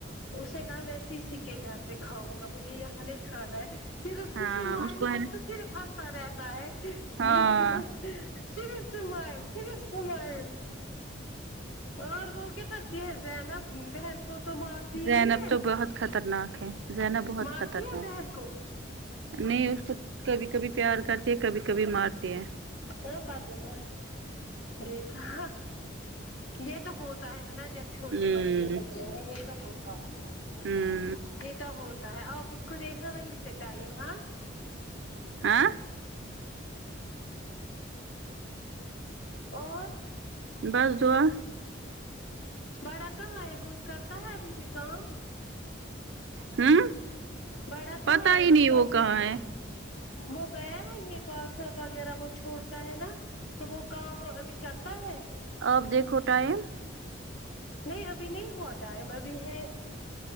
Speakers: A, on the left; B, on the right.
A: اس نے کہا میں اسے سی کے گھر پہ کھاؤں گا مجھے یہاں نہیں کھانا ہے فر اسی
B: ہاں
A: کی اسمائل
B: اس کو ہے
A: بہت
B: نا
A: صرف ہنستا رہتا ہے
B: ہاں
A: مہ صرف اسمل س سومائل اور بول کرتی ہے زینب بہن کو تو مار تی
B: زینب
A: نہیں ہے
B: تو بہت خطرناک ہے زینب بہت
A: مارتی
B: خطرناک
A: ہیں بہن کو
B: نہیں اس کو کبھی کبھی پیار کرتی ہے کبھی کبھی مارتی ہے
A: وہ بعد دلہنے دیکھا یہ تو ہوتا ہے نا جب چھوٹے
B: ہ
A: بچھے ہوتے دوا لے یہ تو ہوتا ہے
B: ہمم
A: یہ تو ہوتا ہے آپ اس کو دیکھنا وہی سے تئیماں
B: ہاں
A: اور
B: بس دعا
A: بڑا کہاں ہے وہ کرتا ہے ابھی بھی کام
B: ہوں
A: بڑا
B: پتا
A: کہا ہیں
B: ہی
A: وہ
B: نہیں کہاں ہے
A: وہ گیا ہے یہ پارسل وغیرہ وہ چھوڑتا ہے نا تو وہ کام وہ ابھی کرتا ہے
B: اب دیکھو ٹائم
A: نہیں ابھی نہیں ہوا ٹائم ابھی ہے